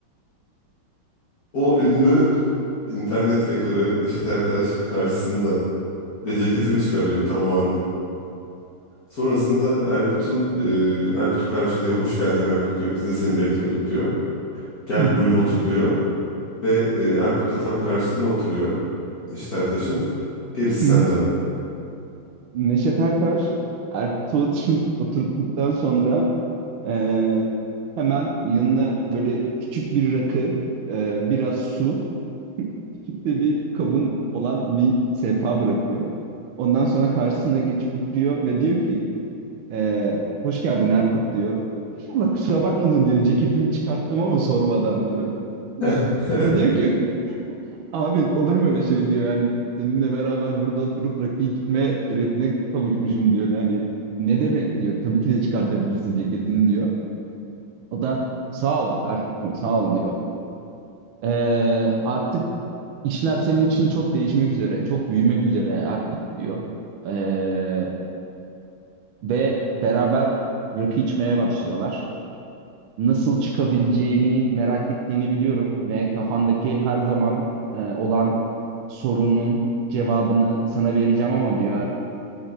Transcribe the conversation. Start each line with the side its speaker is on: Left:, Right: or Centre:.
Left: O ünlü internet hackerı Neşet Ertaş karşısında ve ceketini çıkarıyor tam o anda. Sonrasında Erkut'un e, Erkut'u karşılıyor. Hoş geldin Erkut diyor. Biz de seni bekliyorduk diyor. Gel
Right: hı.
Left: buyur otur diyor. Ve e, Erkut da tam karşısına oturuyor. Neşet Ertaş'ın. Gerisi senden.
Right: Hı hı. Neşet Ertaş Erkut'u otur- <laughs> oturttuktan sonra eee, hemen yanına böyle küçük bir rakı, eee, biraz su, <laughs> küçük de bir kabın olan bir sehpa bırakıyor. Ondan sonra karşısına geçip oturuyor ve diyor ki eee, hoş geldin Erkut diyor. İnşallah kusura bakmadın diyor. Ceketimi çıkarttım ama sormadan diyor.
Left: <laughs>
Right: O da diyor ki <laughs> Abi olur mu öyle şey diyor hani seninle beraber burada oturup rakı içme şerefine kavuşmuşum diyor. Hani ne demek diyor. Tabii ki de çıkartabilirsin ceketini diyor. O da sağ ol Erkut'cum sağ ol diyor. Ee, artık işler senin için çok değişmek üzere, çok büyümek üzere Erkut diyor. Ee, ve beraber rakı içmeye başlıyorlar. nasıl çıkabileceğini merak ettiğini biliyorum ve kafandaki her zaman e, olan sorunun cevabını sana vereceğim ama diyor artık.